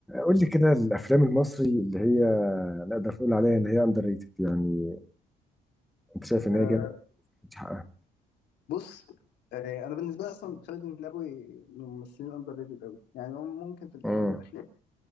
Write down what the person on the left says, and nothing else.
آه،
بص آه، انا بالنسبه لي اصلا خالد النبوي من الممثلين الاندر ريتد قوي يعني هو ممكن في الاوان
الاخيره